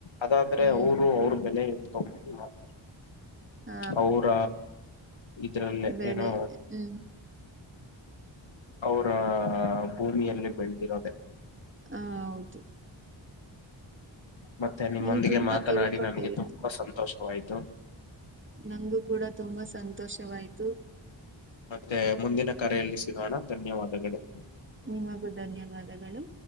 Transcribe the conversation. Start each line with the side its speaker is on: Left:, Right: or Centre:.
Left: ಅದಾದ್ರೆ
Right: ಹ್ಮ್
Left: ಅವರು ಅವ್ರ. ಬೆಲೆ ತೊಂಬಂದ್ ಮಾರ್.
Right: ಹಾ
Left: ಅವರ ಇದ್ರಲ್ಲೇ
Right: ಬೆಳೆ
Left: ಏನೋ
Right: ಹ್ಮ್
Left: ಅವರ ಭೂಮಿಯಲ್ಲಿ ಬೆಳೆದಿರೋದೆ.
Right: ಹ ಹೌದು.
Left: ಮತ್ತೆ ನಿಮ್ಮೊಂದಿಗೆ
Right: ನೀವು ತುಂಬಾ
Left: ಮಾತನಾಡಿ
Right: ತಿಳ್ಕೊಂಡಿದ್ದೀರಾ
Left: ನನಗೆ ತುಂಬಾ ಸಂತೋಷವಾಯ್ತು.
Right: ನಂಗು ಕೂಡ ತುಂಬಾ ಸಂತೋಷವಾಯ್ತು.
Left: ಮತ್ತೆ ಮುಂದಿನ ಕರೆಯಲ್ಲಿ ಸಿಗೋಣ ಧನ್ಯವಾದಗಳು.
Right: ನಿಮಗೂ ಧನ್ಯವಾದಗಳು.